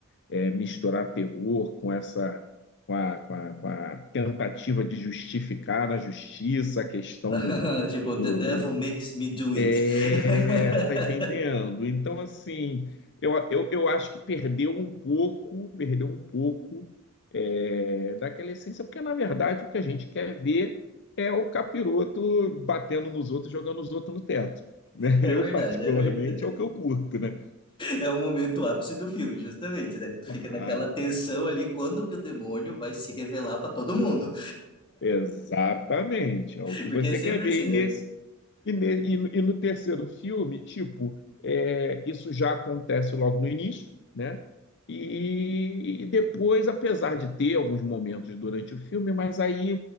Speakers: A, on the left; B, on the left.
A: é, misturar terror com essa com a, com a, com a tentativa de justificar na justiça a questão
B: <laughs>
A: do,
B: Tipo, the
A: do,
B: devil
A: do,
B: makes me do it.
A: é,
B: <laughs>
A: tá entendendo? Então, assim, eu, eu, eu acho que perdeu um pouco, perdeu um pouco é, daquela essência, porque na verdade o que a gente quer ver é o capiroto batendo nos outros, jogando os outros no teto, <laughs> né?
B: É
A: Eu,
B: verdade,
A: particularmente,
B: é verdade.
A: é o que eu curto, né?
B: É o momento ápice do filme, justamente, né? Que tu
A: Claro,
B: fica naquela tensão ali quando que o demônio vai se revelar pra todo mundo.
A: exatamente, é o que
B: Porque
A: você
B: é sempre
A: quer ver.
B: assim,
A: E nesse
B: né?
A: E, ne- e no e no terceiro filme, tipo, é, isso já acontece logo no início, né? E, e depois, apesar de ter alguns momentos durante o filme, mas aí